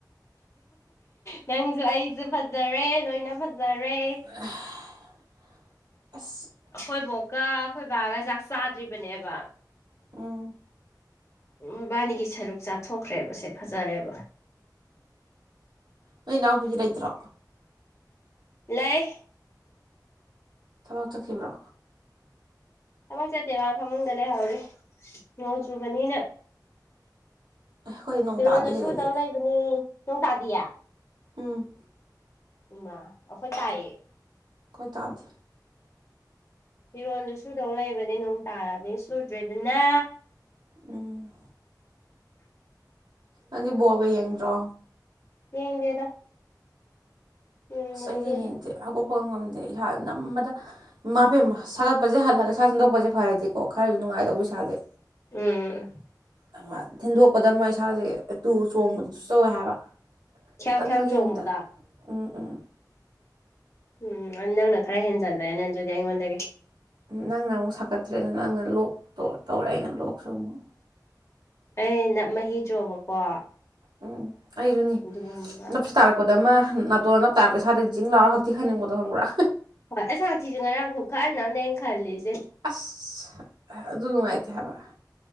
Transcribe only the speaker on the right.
<unintelligible> ꯑꯁ
ꯎꯝ
ꯅꯣꯏ ꯏꯅꯥꯎꯄꯤꯗꯤ ꯂꯩꯇ꯭ꯔꯣ꯫
ꯊꯕꯛ ꯆꯠꯈꯤꯕ꯭ꯔꯣ
ꯑꯩꯈꯣꯏ ꯅꯣꯡ
ꯇꯥꯗꯦ ꯁꯤꯗꯗꯤ
ꯎꯝ
ꯑꯩꯈꯣꯢ ꯇꯥꯗꯦ
ꯎꯝ ꯅꯪꯗꯤ ꯕꯣꯜꯒ ꯌꯦꯡꯗ꯭ꯔꯣ
ꯑꯁ ꯑꯩꯗꯤ ꯌꯦꯡꯗꯦ ꯍꯧꯒꯠꯄꯒ ꯉꯝꯗꯦ ꯏꯁꯥꯁꯦ ꯅꯝꯕꯗ ꯃꯥꯄꯦꯝꯃ ꯁꯥꯒꯠꯄꯁꯦ ꯍꯜꯂꯒ ꯁꯥ ꯁꯟꯗꯣꯛꯄꯁꯦ ꯐꯔꯗꯤꯀꯣ ꯈꯔꯁꯨ ꯅꯨꯡꯉꯥꯏꯗꯧꯕ ꯏꯁꯥꯁꯦ
<unintelligible> ꯊꯤꯟꯗꯣꯛꯄꯗ ꯑꯃ ꯏꯁꯥꯁꯦ ꯇꯨ ꯆꯣꯡꯕꯗꯁꯨ ꯇꯧꯋꯦ ꯍꯥꯏꯕ꯫
ꯇꯪ
ꯂꯦꯡꯕꯗ
ꯎꯝ ꯎꯝ꯫
ꯅꯪꯅ ꯑꯃꯨꯛ ꯁꯥꯀꯠꯇ꯭ꯔꯦꯗ ꯅꯪꯅ ꯂꯣꯛ ꯇꯧꯔꯦ ꯑꯩꯅ ꯂꯣꯛꯁꯨ ꯑꯃꯨꯛ
ꯎꯝ ꯑꯩꯁꯨꯅꯤ
ꯅꯞꯁꯤ ꯇꯥꯔꯛꯄꯗ ꯑꯃ ꯅꯥꯇꯣꯟ ꯇꯥꯔꯛꯄꯗ ꯖꯤꯡ ꯂꯥꯎꯔ ꯈꯛꯇꯤ ꯈꯪꯅꯤꯡꯕꯣꯗꯣ ꯈꯪꯕ꯭ꯔꯥ
ꯑꯁ ꯑꯗꯨꯅꯨꯡꯉꯥꯢꯇꯦ ꯍꯥꯏꯕ